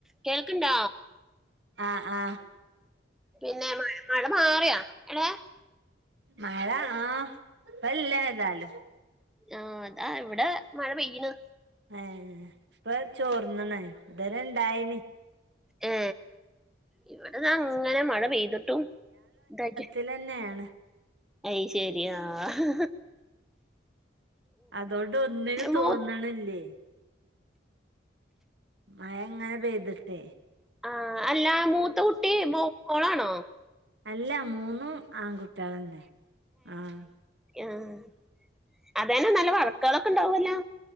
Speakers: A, in the centre; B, on the right (about 70°).
A: കേൾക്ക്ണ്ടാ
B: ആഹ് ആഹ്
A: പിന്നെ മഴ മാറിയ ഏ
B: മഴ ആഹ് പ്പല്ല ഏതാലും
A: ആഹ് താ ഇവ്ടെ മഴ പെയ്യ്ണ്
B: ഏ ഇപ്പ ചോർന്ന്ണ് ഇത്‌വരെ ഇണ്ടായിനി
A: ഏ ഇബടെതാങ്ങനെ മഴ പെയ്തിട്ടും ഇതാക്ക്
B: ഇതിലെന്നേണ്
A: അയ് ശെരി ആഹ്
B: അതോണ്ട് ഒന്നിനും തോന്ന്ണ്ല്ലേയ്
A: മൂ
B: മഴ ങ്ങനെ പെയ്ത്ട്ടേ
A: ആഹ് അല്ല മൂത്ത കുട്ടി മൊ മോളാണോ
B: അല്ല മൂന്നും ആൺകുട്ടിയാളന്നെ ആഹ്
A: ആഹ് അതേനെ നല്ല വർക്കേളൊക്കെണ്ടാവൊല്ലാ